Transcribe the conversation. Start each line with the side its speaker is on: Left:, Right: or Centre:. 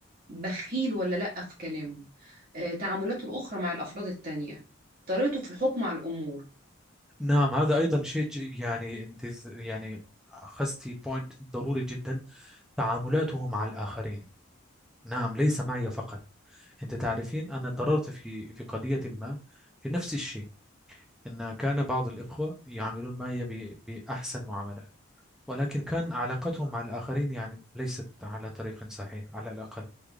Right: بخيل ولا لأ في كلامه آه، تعاملاته الأخرى مع الأفراد التانية طريقته في الحكم على الأمور
Centre: نعم هذا أيضا شيء ج- يعني أنت ز- يعني أخذتي بوينت ضروري جدا تعاملاته مع الآخرين نعم ليس معي فقط أنت تعرفين أنا ضررت في في قضية ما في نفس الشيء أن كان بعض الإخوة يعاملون معي ب- بأحسن معاملة ولكن كان علاقتهم مع الآخرين يعني ليست على طريق صحيح على الأقل